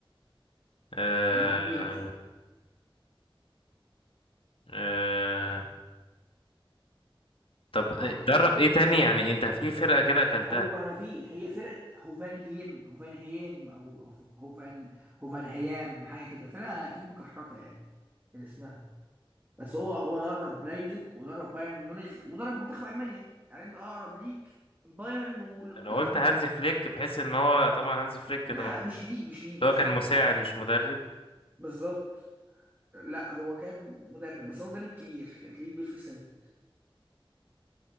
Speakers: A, on the left; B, on the right.
A: آه
B: يعني هو كبير اقصد
A: آه طب إيه-
B: فكر
A: درب
B: فكر
A: ايه تاني يعني انت في فرقة كده اكلتها
B: هو ما فيش هي فرقه هوفنهيم هوفنهيم او هوف- هوفن هوفنهيام حاجه كده فرقه اكيد مكحرته يعني من اسمها بس هو هو درب لايبزيج ودرب بايرن ميونخ ودرب منتخب المانيا يعني انت اقرب ليك بايرن والمنتخب
A: لو قلت
B: المانيا
A: هانزي فليك بحيث ان هو طبعا هانزي فليك
B: لا
A: ده
B: لا مش جديد مش جديد
A: ده
B: مش
A: هو كان
B: جديد
A: مساعد
B: خالص
A: مش مدرب
B: بالظبط لا هو كان مدرب بس هو مدرب كبير يعني تلاقيه كبير في السن